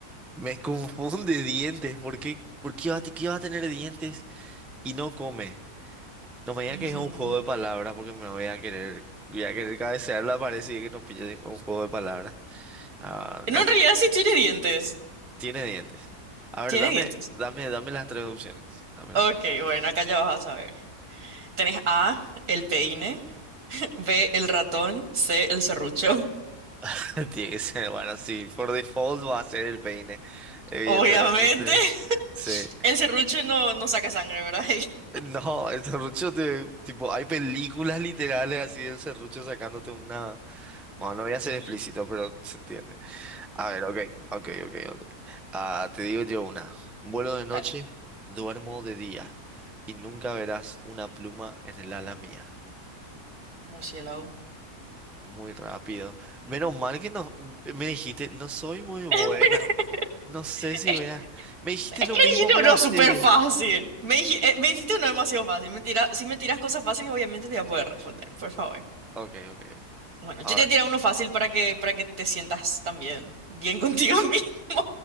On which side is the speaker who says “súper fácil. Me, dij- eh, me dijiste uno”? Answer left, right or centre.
Right